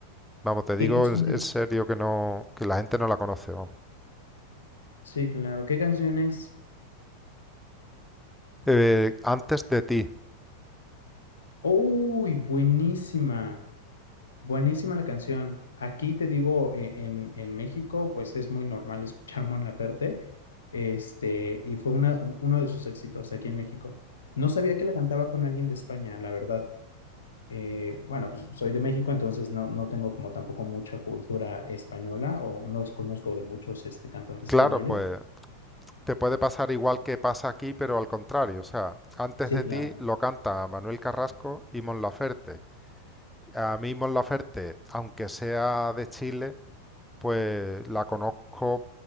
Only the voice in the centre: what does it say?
Vamos, te digo
en, en serio que no, que la gente no la conoce, vamos.
Eh, antes de ti.
Claro,
pues te puede pasar igual que pasa aquí, pero al contrario. O sea, antes
de
ti lo canta Manuel Carrasco y Mon Laferte. A mí Mon Laferte, aunque sea de Chile, pues la conozco